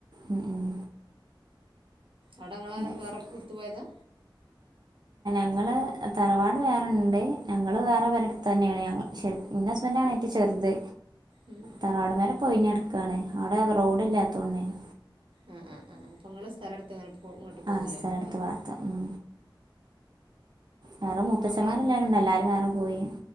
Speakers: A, on the right; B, on the right.
A: ഉം ഉം
B: ആടെങ്ങള്
A: അത്
B: വേറെ
A: ശരി
B: ഇട്ത്ത് പോയതാ?
A: ങ്ങള് തറവാട് വേറെണ്ട് ഞങ്ങള് വേറെ പെരെട്ത്തെന്നെണ് ഞങ്ങ ശെര് ഇന്നസ്ബെൻ്റാണ് ഏറ്റും ചെറ്ത്.
B: ഉം
A: തറവാട്പെര ഇപ്പൊയിഞ്ഞട്ക്കാണ് അവ്ടെ റോഡില്ലാത്തോണ്ടേനി
B: ഉം ഉം ഉം അപ്പങ്ങള് സ്ഥലട്ത്ത്ങ്ങനെ പോ ഇങ്ങട്ട് പോന്നുല്ലേ
A: ആ സ്ഥലമെടുത്ത്
B: വേറെ.
A: വാർത്ത ഉം. വേറെ മുത്തച്ചമ്മാര്
B: മക്കളൊക്കെ
A: എല്ലാരുണ്ട് എല്ലാരും വേറെ പോയി